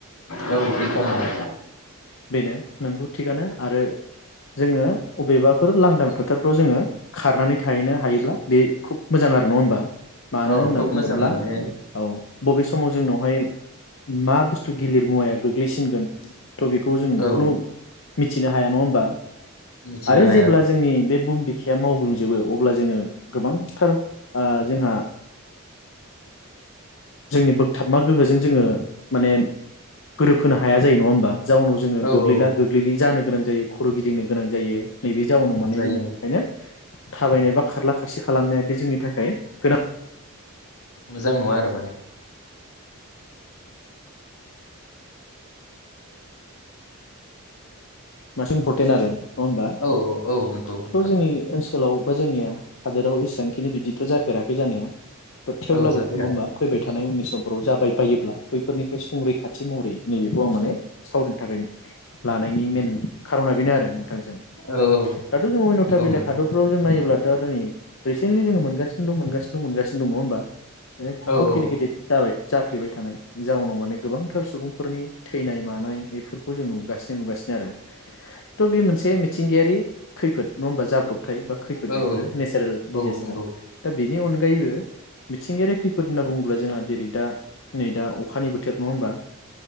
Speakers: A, on the left; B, on the left.
A: औ रैखा मोनो
B: ओ बेनो नोंबो थिगानो आरो जोंङो अबेबाफोर लांदां फोथारफ्राव जोंङो खारनानै थाहैनो हायोब्ला बे खुब मोजां आरो नङा होमबा मानो
A: औ
B: होनना
A: खोब
B: बुङोब्ला
A: मोजां माने
B: औ बबे समाव जोंनावहाय मा बुस्थु गिलिर मुवाया गोग्लैसिनगोन थ' बेखौ जों
A: औ
B: खुनु मिथिनो हाया नङा होमबा
A: मिथिनो
B: आरो
A: हाया
B: जेब्ला जोंनि बे बुहुम बिखाया मावग्लुंजोबो अब्ला जोंङो गोबांथार ओ जोंहा जोंनि बोगथाबमा गोहोजों जोंङो माने गोरोबहोनो हाया जायो नंङा होमबा बे जाउनाव जोङो
A: औ
B: गोग्लैला
A: औ
B: गोग्लै बिदि जानो गोनां जायो खर' गिदिंनो गोनां जायो नैबे जाउनाव माने
A: जायो
B: जोङो ओंखायनो थाबायनाय बा खारला खारसि खालामनाया जोंनि थाखाय गोदान
A: मोजां नङा आरो माने
B: मासे इनपरटेन आरो नङा होमबा
A: औ औ औ नंगौ नोंथां
B: थ' जोंनि ओनसोलाव बा जोंनिया हादोराव इसेबांखिनि बिदिथ' जाफेराखै जानाया थेवब्लाबो
A: औ जाफेराखै
B: नङा होमबा फैबाय थानाय उननि समफोराव जाबाय बायोब्ला फोरनिफ्राय संरैखाथि महरै नैबेखौ आं माने सावनि थाखाय लानायनि मेन खारना बेनो आरो नोंथांजों
A: औ औ
B: दाथ जों अयन्था
A: नंगौ
B: बेलेक
A: नोंथां
B: हादरफ्राव जों नायोब्ला <unintelligible> रिसेन्टलि जोङो मोनगासिनो दं मोनगासिनो मोनगासिनो दं नङा होनबा एक
A: औ
B: भुट
A: औ
B: गिदिर गिदिर जाबाय जाफ्लेबाय थानाय जाउनाव माने गोबांथार सुबुं फोरनि थैनाय मानाय बेफोर खौ जों नुगासिनो नुगासिनो आरो ट बे मोनसे मिथिंगायारि खैफोद नङा होमबा जाब्रब थाय बा खैफोद
A: औ
B: बेफोरो
A: औ
B: नेचारेल दिजेस्टार
A: औ नंगौ
B: दा बेनि अनगायैबो मिथिंगायारि खैफोद होनना बुङोब्ला जोंहा जेरै दा नै दा अखानि बोथोर नङा होमबा